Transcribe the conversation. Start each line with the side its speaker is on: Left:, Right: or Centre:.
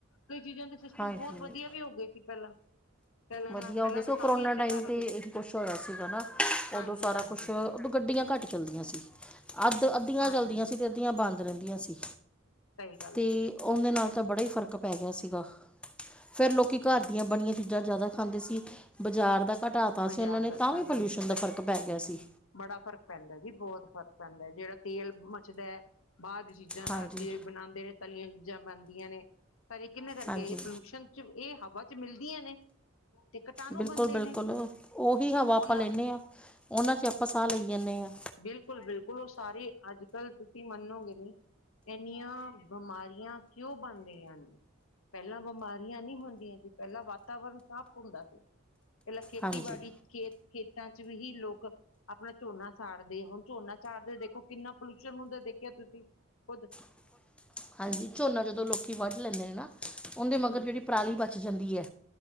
Left: ਕਈ ਚੀਜ਼ਾਂ ਤੇ ਸਿਸਟਮ
Centre: ਹਾਂਜੀ
Left: ਬਹੁਤ ਵਧੀਆ ਵੀ ਹੋ ਗਏ ਸੀ ਪਹਿਲਾਂ। ਪਹਿਲਾਂ
Centre: ਵਧੀਆ
Left: ਨਾਲ ਪਹਿਲਾਂ
Centre: ਹੋ ਗੇ ਸ,
Left: ਤਾਂ
Centre: ਓਹ
Left: ਕਾਫ਼ੀ
Centre: ਕਰੋਨਾ
Left: ਅੱਛਾ
Centre: ਟਾਈਮ
Left: ਕਰ ਰੱਖਦੇ
Centre: ਤੇ ਇਹੀ ਕੁਛ ਹੋਇਆ ਸੀਗਾ ਨਾ,
Left: ਹਾਂਜੀ
Centre: ਉਦੋਂ ਸਾਰਾ
Left: ਹਾਂਜੀ
Centre: ਕੁਛ ਓਦੋਂ ਗੱਡੀਆਂ ਘੱਟ ਚਲਦੀਆਂ ਸੀ, ਅੱਧ ਅੱਧੀਆਂ
Left: ਹਾਂਜੀ
Centre: ਚੱਲਦੀਆਂ ਸੀ ਤੇ ਅੱਧੀਆਂ ਬੰਦ ਰਹਿੰਦੀਆਂ ਸੀ।
Left: ਸਹੀ ਗੱਲ
Centre: ਤੇ
Left: ਹੈ
Centre: ਉਹਦੇ ਨਾਲ ਤਾਂ ਬੜਾ ਹੀ ਫ਼ਰਕ ਪੈ ਗਿਆ ਸੀਗਾ। ਫਿਰ ਲੋਕੀ ਘਰ ਦੀਆਂ ਬਣੀਆਂ ਚੀਜ਼ਾਂ ਜ਼ਿਆਦਾ ਖਾਂਦੇ ਸੀ, ਬਾਜ਼ਾਰ ਦਾ ਘਟਾ ਤਾ
Left: ਬਾਜ਼ਾਰ
Centre: ਸੀ ਉਹਨਾਂ ਨੇ,
Left: ਦਾ
Centre: ਤਾਂ
Left: ਸਹੀ
Centre: ਵੀ ਪੋਲਿਊਸ਼ਨ ਦਾ ਫਰਕ ਪੈ ਗਿਆ ਸੀ।
Left: ਬੜਾ ਫ਼ਰਕ ਪੈਂਦਾ ਜੀ, ਬਹੁਤ ਫ਼ਰਕ ਪੈਂਦਾ, ਜਿਹੜਾ ਤੇਲ ਮਚਦਾ ਐ ਬਾਅਦ ਦੀ ਚੀ ਜਾ ਨਾਲ
Centre: ਹਾਂਜੀ
Left: ਜੇ ਬਣਾਉਂਦੇ ਨੇ ਤਲੀਆਂ ਚੀਜ਼ਾਂ ਬਣਦੀਆਂ ਨੇ ਤਾਂ ਇਹ ਕਿਹਨਾਂ ਕਰਕੇ
Centre: ਹਾਂਜੀ
Left: ਇਹ ਪੋਲਿਊਸ਼ਨ ਚ ਇਹ ਹਵਾ ਚ ਮਿਲਦੀਆਂ ਨੇ। ਤੇ ਕਟਾਣੂ
Centre: ਬਿਲਕੁਲ-ਬਿਲਕੁਲ,
Left: ਬਣਦੇ ਨੇ
Centre: ਓਹੀ ਹਵਾ ਆਪਾਂ
Left: ਉਹਨਾਂ
Centre: ਲੈਂਦੇ ਆ, ਉਹਨਾਂ 'ਚ ਆਪਾਂ ਸਾਹ ਲਈ ਜਾਂਨੇ ਆ।
Left: ਬਿਲਕੁ-ਬਿਲਕੁਲ, ਉਹ ਸਾਰੇ ਅੱਜ ਕੱਲ ਤੁਸੀਂ ਮੰਨੋਗੇ ਨੀ ਇੰਨੀਆਂ ਬਮਾਰੀਆਂ ਕਿਉਂ ਬਣਦੀਆਂ ਨੇ? ਪਹਿਲਾਂ ਬਿਮਾਰੀਆਂ ਨੀ ਹੁੰਦੀਆਂ ਸੀ ਪਹਿਲਾਂ ਵਾਤਾਵਰਨ ਸਾਫ਼ ਹੁੰਦਾ ਸੀ। ਪਹਿਲਾਂ ਖੇਤੀਬਾੜੀ
Centre: ਹਾਂਜੀ
Left: ਖੇਤ ਖੇਤਾਂ 'ਚ ਵੀ ਹੀ ਲੋਕ ਆਪਣਾ ਝੋਨਾ ਸਾੜਦੇ ਹੁਣ ਝੋਨਾ ਝਾੜਦੇ ਦੇਖੋਂ ਕਿੰਨਾ ਪੋਲਿਊਸ਼ਨ ਹੁੰਦਾ ਦੇਖਿਆ ਤੁਸੀਂ ਖੁੱਦ।
Centre: <inaudible> <unintelligible> ਹਾਂਜੀ ਝੋਨਾ ਜਦੋਂ ਲੋਕੀ ਵੱਢ ਲੈਂਦੇ ਨੇ ਨਾ, ਉਹਦੇ ਮਗਰ
Left: ਹਮ
Centre: ਜਿਹੜੀ ਪਰਾਲੀ ਬਚ ਜਾਂਦੀ ਐ।